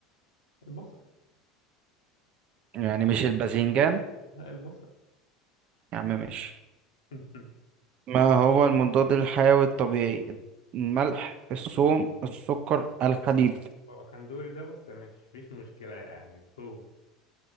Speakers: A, on the left (about 75°); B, on the right (about 45°).
A: البصل
B: يعني مش الباذنجان
A: <laughs> لا البصل
B: يا عم ماشي
A: <laughs>
B: ما هو المضاد الحيوي الطبيعي الملح الثوم السكر الحديد
A: هو كان دوري ده بس ماشي مفيش مشكلة يعني توم